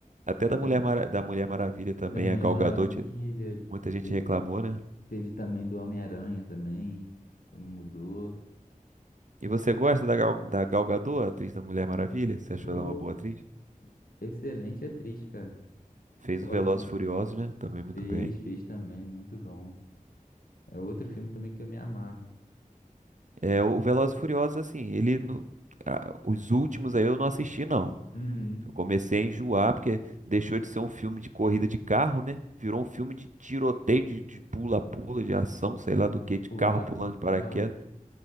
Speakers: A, on the right; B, on the left.
A: Até da Mulher,
B: Também
A: Mara- da Mulher Maravilha também,
B: da Mulher
A: a Gal
B: Maravilha.
A: Gadot, tinha- muita gente
B: Teve,
A: reclamou, né?
B: Teve também do Homem-Aranha também, quando mudou.
A: E você gosta da Gal, da Gal Gadot, a atriz da Mulher Maravilha? Você achou
B: Pô,
A: ela uma boa atriz?
B: excelente atriz, cara.
A: Fez
B: Ótima.
A: o Velozes e Furiosos, né? Também muito
B: Fez,
A: bem.
B: fez também, muito bom. É outro filme também que eu me amarro.
A: É, o Velozes e Furiosos, assim, ele. no- a- os últimos aí eu não assisti, não.
B: Uhum.
A: Eu comecei a enjoar, porque deixou de ser um filme de corrida de carro, né? Virou um filme de tiroteio, de de pula-pula, de, ação, sei lá do que, de
B: Pular
A: carro pulando
B: com o
A: de paraquedas.
B: carro.